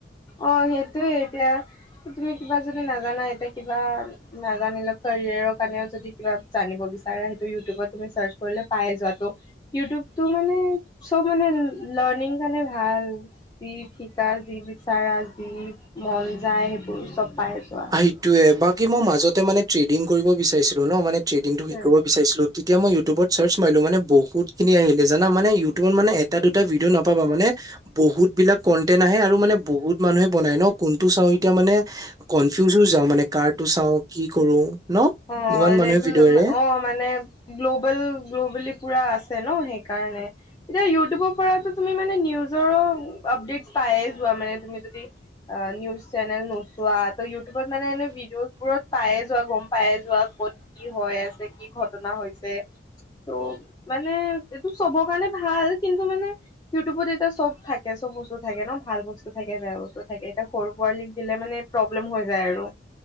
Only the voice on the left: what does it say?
অ সেইটোয়ে এতিয়া তুমি কিবা যদি নাজানা এতিয়া। কিবা নাজানিলেও কেৰিয়াৰ কাৰণেও যদি কিবা জানিব বিচাৰে। উটোবত তুমি চাৰ্চ কৰিলে পায় যোৱাটো ইউটোবটো মানে চব মানে। লাৰ্ণিং কাৰণে ভাল যি শিকা যি বিচাৰা যি। মন যায় সেইবোৰ চব পাই যোৱা
উম
অ
ৰেগুলাৰ
অ মানে গ্ল'বেল গ্ল'বেলি পুৰা আছে। সেই কাৰণে ইউটোবৰ এতিয়া তুমি মানে নিউজৰ পৰা আপডেত। পায়ে যোৱা মানে তুমি যদি অ নিউজ চেনেল নোচোৱা ত ইউটোবত মানে এনে ভিডিঅ বোৰ। পায়ে যোৱা গম। পাই যোৱা ক'ত কি হৈ আছে কি ঘটনা হৈছে ত। মানে এইটো চবৰ কাৰণে। ভাল কিন্তু মানে ইউটোবত এতিয়া চব থাকে চব বস্তু থাকে ন ভাল বস্তু থাকে বেয়া বস্তু থাকে। এ সৰু পোৱালীক দিলে মানে প্ৰব্লেম হৈ যায় আৰু